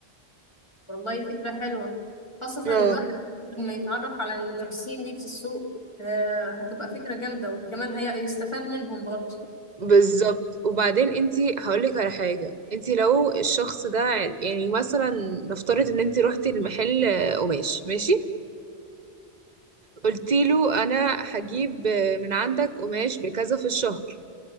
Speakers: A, on the left (about 25°); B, on the right (about 45°).
A: والله فكرة حلوة خاصة
B: اه
A: إن الواحد لما يتعرف على المنافسين دي في السوق آه، هتبقى فكرة جامدة وكمان هي يستفاد منهم برضه
B: بالظبط وبعدين انتي هقولك على حاجة انتي لو الشخص ده عر- يعني مثلا نفترض ان انتي روحتي المحل آه، قماش ماشي قلتيله انا هجيب آه، من عندك قماش بكذا في الشهر